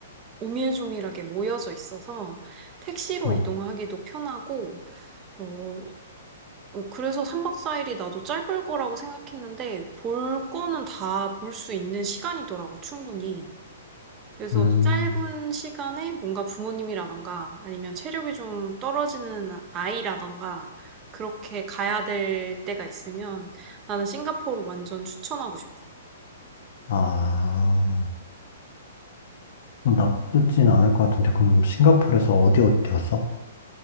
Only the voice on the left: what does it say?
어.
음.
아. 어, 나쁘진 않을 것 같은데 그럼 싱가포르에서 어디 어디 갔어?